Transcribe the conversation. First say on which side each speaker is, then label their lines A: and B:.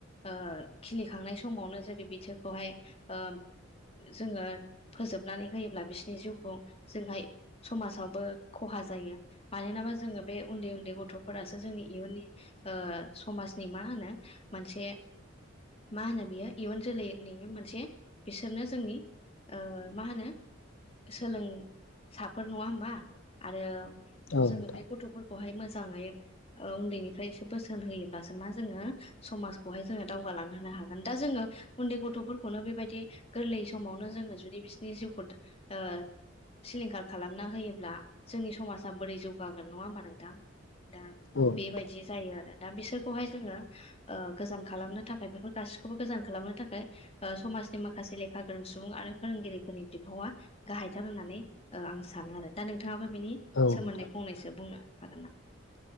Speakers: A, on the left (about 30°); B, on the left (about 65°).
A: ओ खिलिखांनाय समावनो जेर बिसोरखौहाय ओ जोङो फोजोबनानै होयोब्ला बिसोरनि जिउखौ जोंहाय समाजावबो खहा जायो मानोनाबा जोङो बे उन्दै उन्दै गथ'फोरासो जोंनि इयुननि ओ समाजनि मा होनो मोनसे मा होनो बियो इयुन जोलैनि मोनसे बिसोरनो जोंनि ओ माहोनो सोलों साफोर नङा हबा आरो
B: औ
A: जोङो
B: नोंथां
A: बे गथ' खौहाय मोजाङै ओ उन्दैनिफ्रायसे बोसोन होयोब्लासो मा जोङो समाजखौहाय जोङो दावगा लांहोनोहागोन दा जोङो उन्दै गथ'फोरखौनो बेबायदि गोरलै समावनो जोङो जुदि बिसिनि जिउखौ ओ सिलिंखार खालामना होयोब्ला जोंनि समाजा बोरै जौगागोन नङा होमा नोंथां। दा
B: औ नोंथां
A: बेबायदि जायो आरो दा बिसोरखौहाय जोङो ओ गोजाम खालामनो थाखाय बेफोर गासैबो थिखौबो गोजान खालामनो थाखाय ओ समाजनि माखासे लेखा गोरों सुबुं आरो फोरोंगिरिफोरनि बिफावा गाहायथार होननानै ओ आं सानो आरो दा नोंथाङाबो बिनि
B: औ
A: सोमोन्दै
B: नोंथां
A: फंनैसो बुंनो हागोन नामा?